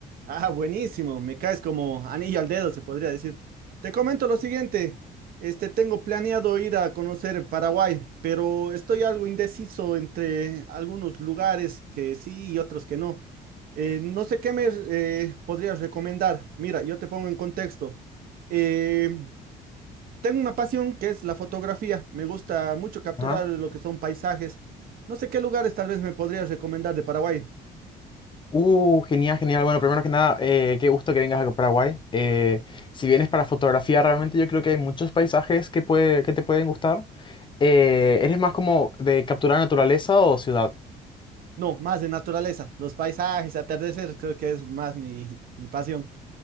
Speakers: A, on the right; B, on the left.
A: Ah, buenísimo, me caes como anillo al dedo, se podría decir. Te comento lo siguiente, este, tengo planeado ir a conocer Paraguay, pero estoy algo indeciso entre algunos lugares que sí y otros que no. Eh, no sé qué me eh, podrías recomendar. Mira, yo te pongo en contexto. Eh, Tengo una pasión que es la fotografía. Me gusta mucho capturar
B: Ajá.
A: lo que son paisajes. No sé qué lugares tal vez me podrías recomendar de Paraguay.
B: Uh, genial, genial. Bueno, primero que nada, eh, qué gusto que vengas a Paraguay. Eh, si vienes para fotografía, realmente yo creo que hay muchos paisajes que, puede, que te pueden gustar. Eh, ¿eres más como de capturar naturaleza o ciudad?
A: No, más de naturaleza. Los paisajes, atardecer, creo que es más mi, mi pasión.